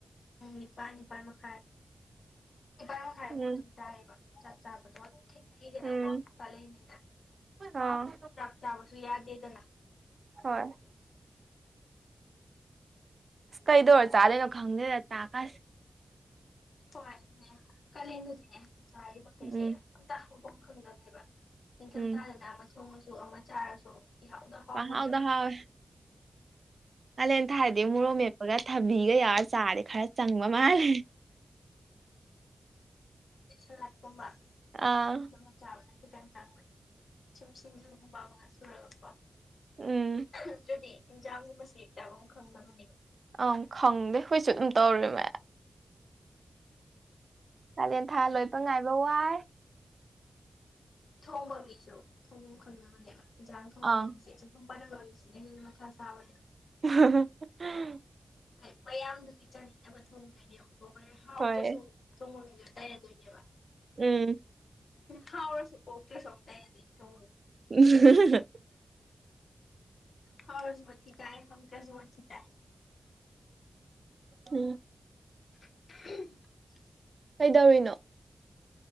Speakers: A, on the left; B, on the right.
A: ꯄꯨꯡ ꯅꯤꯄꯥꯟ ꯅꯤꯄꯥꯟꯃꯈꯥꯏ ꯅꯤꯄꯥꯟꯃꯈꯥꯏ
B: ꯎꯝ
A: ꯃꯣꯟ ꯆꯥꯛ ꯆꯥꯕꯗꯣ ꯑꯗꯨꯝ ꯊꯦꯡꯅꯩꯗꯅꯀꯣ
B: ꯎꯝ
A: ꯀꯥꯂꯦꯟꯅꯤꯅ
B: ꯑꯥ
A: ꯆꯥꯛ ꯆꯥꯕꯁꯨ ꯌꯥꯗꯦꯗꯅ
B: ꯍꯣꯏ ꯑꯁ ꯀꯩꯗꯧꯔ ꯆꯥꯂꯤꯅꯣ ꯈꯪꯗꯦꯗ ꯆꯥꯛꯀꯁꯤ
A: ꯍꯣꯏ ꯑꯗꯨꯅꯦ ꯀꯥꯂꯦꯟꯗꯨꯗꯤꯅꯦ ꯑ ꯆꯥꯔꯤꯕ ꯃꯈꯩꯁꯦ
B: ꯎꯝ
A: ꯑꯝꯇ ꯍꯐꯝ ꯈꯪꯗꯕꯅꯦꯕ ꯅꯤꯡꯊꯝ
B: ꯎꯝ
A: ꯊꯥꯗꯅ ꯑꯃ ꯊꯣꯡꯉꯁꯨ ꯑꯃ ꯆꯥꯔꯁꯨ ꯌꯥꯎꯗꯣ ꯍꯥꯎꯕꯅꯦꯕ
B: ꯄꯪꯍꯥꯎꯗ ꯍꯥꯎꯋꯦ ꯀꯥꯂꯦꯟ ꯊꯥꯔꯗꯤ ꯃꯣꯔꯣ ꯃꯦꯞꯄꯒ ꯊꯕꯤꯒ ꯌꯥꯎꯔ ꯆꯥꯔꯦ ꯈꯔ ꯆꯪꯕ ꯃꯥꯜꯂꯦ
A: ꯑ ꯂꯥꯛꯄꯝꯕ
B: ꯑꯥ
A: ꯑꯗꯨ ꯃꯖꯕ ꯈꯤꯇꯪ ꯆꯥꯛꯄꯅꯦ ꯁꯨꯝ ꯁꯃꯕꯕ ꯁꯨꯔꯒꯀ
B: ꯎꯝ
A: ꯑꯗꯨꯗꯤ ꯑꯦꯟꯖꯥꯥꯡꯒꯤ ꯃꯁꯤꯡ ꯆꯥꯐꯝ ꯑꯃ ꯈꯪꯕꯅꯦꯕ
B: ꯑꯪ ꯈꯪꯗꯦ ꯍꯨꯣꯏꯁꯨ ꯑꯗꯨꯝ ꯇꯧꯔꯤꯃꯦ ꯀꯥꯂꯦꯟ ꯊꯥ ꯂꯣꯏꯕ ꯉꯥꯏꯕ ꯋꯥꯏ
A: ꯊꯣꯡꯕꯕꯤꯁꯨ ꯊꯣꯡ ꯈꯪꯅꯕ ꯃꯅꯦꯕ ꯌꯥ ꯊꯣꯡꯕꯁꯦꯁꯨ
B: ꯑꯥ
A: ꯊ ꯔꯒꯔꯁꯅꯦ ꯃꯥ ꯑꯋꯥꯦ
B: <inaudible>
A: ꯍꯣꯏ ꯃꯌꯥꯝꯗꯨꯒꯤ ꯆꯥꯅꯤꯡꯅꯕ ꯊꯣꯡꯗꯣꯏꯅꯦꯨꯀꯣ ꯍ ꯍꯥꯎꯗ꯭ꯔꯁꯨ
B: ꯍꯣꯏ
A: ꯊꯣꯡꯉꯣꯏ ꯇꯥꯏ ꯟ
B: ꯎꯝ
A: ꯍꯥꯎ ꯑꯣꯀꯦ ꯁꯣ ꯇ ꯊ
B: ꯎꯝ
A: ꯍꯥꯎꯁꯨꯕꯤ ꯇꯥꯏ ꯐꯪ ꯆꯁꯨꯕꯤ ꯇꯥꯏ
B: ꯎꯝ
A: <inaudible>
B: ꯀꯩꯗꯧꯔꯤꯅꯣ